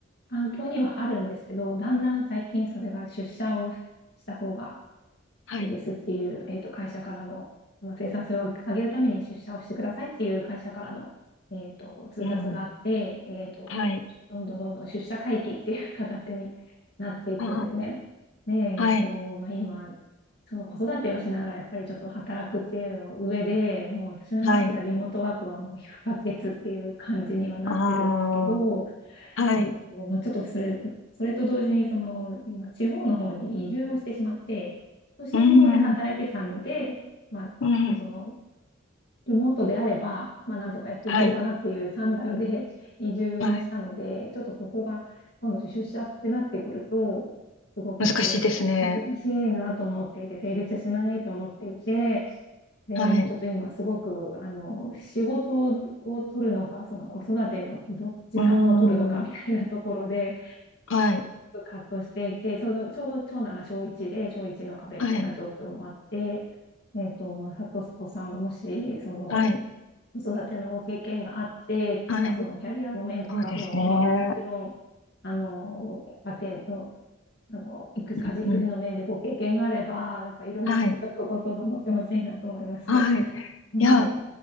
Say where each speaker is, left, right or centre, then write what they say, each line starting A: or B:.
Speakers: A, on the left; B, on the left.
A: 環境にはあるんですけど、だんだん最近それが出社をした方が
B: はい。
A: いいですっていう、えっと、会社からの、まあ生産性を上げるために出社をしてくださいっていう会社からの、えっと、通達があって、
B: うん。
A: えっと、
B: はい。
A: どんどんどんどん出社回帰っていう形になっていってるんですね。
B: あ
A: で、えっと、
B: あ、はい。
A: まあ、今、その子育てをしながらやっぱりちょっと働くっていうの上で、もう私の中ではリモートワークはもう不可欠っていう感じにはなってるんですけど、
B: はい。ああ、はい。
A: えっと、まあ、ちょっとそれ、それと同時に、その、今、地方の方に移住をしてしまって、都心の方で働いてたので、
B: うん。
A: まあ、ちょっとその、
B: うん。
A: リモートであれば、まあ、なんとかやっていけるかなっていう算段で
B: はい。
A: <laughs> 移住をしたので、
B: はい。
A: ちょっとそこが、今度出社ってなってくると、すごくこう、
B: 難しいですね。
A: 難しいなと思っていて、成立しないと思っていて、で、
B: はい。
A: もうちょっと今すごく、あの、仕事を取るのか、その子育てのど時間を取るのかみたいなところで、
B: うん。はい。
A: 葛藤していて、ちょうど、ちょうど長男が小1で、小1の壁みたいな状況もあって、
B: はい。
A: えっと、まあ、サトスコさんがもし、その、
B: はい。
A: 子育ての経験があってとか、
B: はい。
A: そのキャリアの面とか、
B: そうですね。
A: その、まあ、もちろん、あの、家庭の、あの、育家事育児の面でご経験があれば、
B: うん。うん
A: なんかいろいろちょっとご相談乗ってほしいなと思いまして。
B: はい。はい。
A: はい。
B: いや、